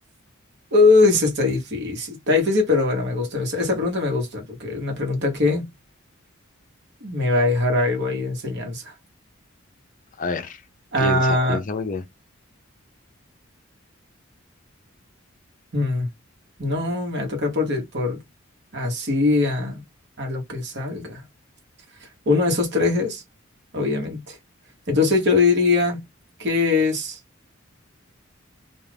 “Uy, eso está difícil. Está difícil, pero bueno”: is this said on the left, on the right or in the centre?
Right